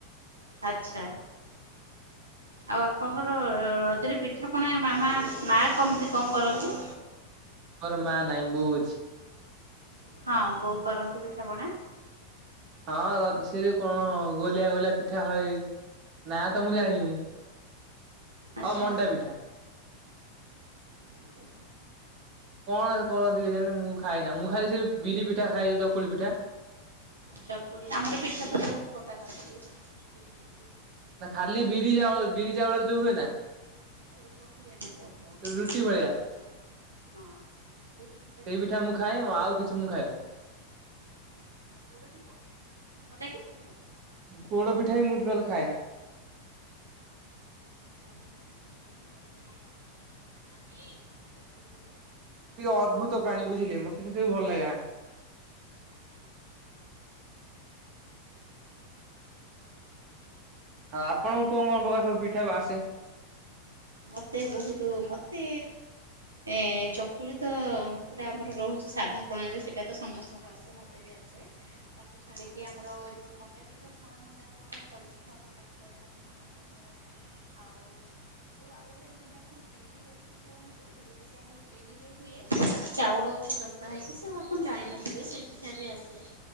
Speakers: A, on the right; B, on the right.
A: ଆଚ୍ଛା। ଆଉ ଆପଣଙ୍କର ରଜରେ ପିଠାପଣା ମାମା ମାଆ କମିତି କଣ କରନ୍ତି?
B: ମୋର ମାଆ ନାଇଁ ବୋଉ ଅଛି।
A: ହଁ ବୋଉ କରନ୍ତି ପିଠାପଣା।
B: ହଁ ରତ୍ ସେ ଯୋଉ କଣ ଗୋଲିଆ ଗୋଲିଆ ପିଠା ହଏ ନାଁ ତ ମୁଁ ଜାଣିନି।
A: ଆଚ୍ଛା।
B: ହଁ ମଣ୍ଡା ପିଠା।
A: ଆଜ୍ଞା।
B: କଣ ତାକୁ କହନ୍ତି କେଜାଣି ମୁଁ ଖାଏନା ମୁଁ ଖାଲି ସେ ବିରି ପିଠା ଖାଏ ଚକୁଳି ପିଠା
A: ଚକୁଳି ଆମର ପିଠା ତ ବହୁତ ପ୍ରକାର ଅଛି ଯେମିତି
B: ନା ଖାଲି ବିରି ଆଉ ବିରି ଚାଉଳରେ ଯୋଉ ହୁଏ ନା?
A: ସେଇଟା ଚକୁଲି ଆମେ କହିଥାଉ
B: ରୁଟି ଭଳିଆ
A: ହଁ ସେ ପିଠା
B: ସେଇ ପିଠା ମୁଁ ଖାଏ ଆଉ କିଛି ମୁଁ ଖାଏନା।
A: ଆଉ ପୋଡ଼ ପିଠା ଭଲ ଲାଗେନି ଆପଣଙ୍କୁ?
B: ପୋଡ଼ପିଠା ବି ମୁଁ ଟୋଟାଲ ଖାଏନା।
A: ପୋଡ଼ ପିଠା ବହୁତ <unintelligible>
B: ଟିକେ ଅଦ୍ଭୁତ ପ୍ରାଣୀ ବୁଝିଲେ ମତେ ସେ ସବୁ ଭଲ ଲାଗେନା।
A: ଆଜ୍ଞା।
B: ହଁ
A: ଆଉ
B: ଆପଣଙ୍କୁ
A: ବାକି ରହିଲା
B: କଣ କଣ ପ୍ରକାର ସବୁ ପିଠା ବାସେ?
A: ମୋତେ ବହୁତୁ ମତେ ଏ ଚକୁଳି ତ ପୁରା ଆମର ରହୁଛି ସାଧା ପ୍ରଣାଳୀରେ ସେଇଟା ତ ସମସ୍ତଙ୍କୁ ଆ ସେ ମତେ ବି ଆସେ। ତାକୁ ଛାଡିକି ଆମର ଯୋଉ ମଣ୍ଡା ପିଠା ଛଣା ମଣ୍ଡା ଆପଣ ଛ ଛଣା କାକରା, ଛଣା ମଣ୍ଡା ଆଉ ଯୋଉ ଆଉ ଗୋଟେ ଜାଣିଛନ୍ତି ଆପଣ ବିରି ଗଛି ପିଠା ଜାଣିଛନ୍ତି? ଯୋଉଟା କି ଆମର ବିରି ବିରିରେ ହୁଏ। ଚାଉଳକୁ ଜନ୍ତା ହେଇକି ସେରା କୁ ଆପଣ ଜାଣିିନଥିବେ। ସେ ପିଠା ବି ଆସେ।